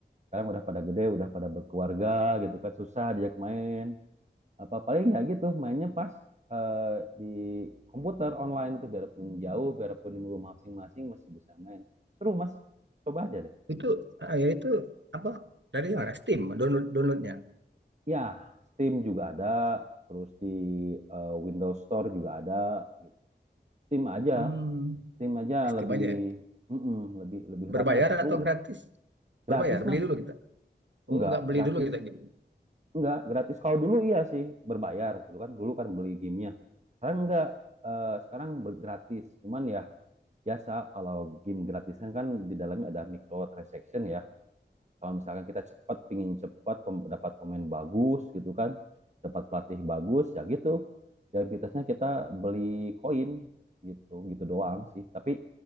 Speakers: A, on the right; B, on the right.
A: sekarang udah pada gede, udah pada berkeluarga gitu kan susah diajak main apa paling ya gitu mainnya pas eh, di komputer online itu biarpun jauh biarpun di rumah masing-masing masih bisa main seru mas coba aja deh
B: itu ah, ya itu apa dari mana Steam download downloadnya
A: ya Steam juga ada terus di eh, Windows Store juga ada gitu Steam aja
B: hmm,
A: Steam aja
B: Steam
A: lebih
B: aja ya.
A: mm-mm, lebih lebih
B: berbayar
A: ramai lebih seru
B: atau gratis
A: lah gratis
B: berbayar beli
A: mas
B: dulu kita oh
A: enggak
B: nggak beli
A: gratis
B: dulu kita gitu
A: enggak gratis kalau dulu iya sih berbayar gitu kan dulu kan beli gamenya sekarang enggak Eh, sekarang gratis cuman ya biasa kalau game gratisan kan di dalamnya ada microtransaction ya. Kalau misalkan kita cepat, pingin cepat pem- dapat pemain bagus gitu kan, dapat pelatih bagus ya gitu. Ya aktivitasnya kita beli koin gitu, gitu doang sih. Tapi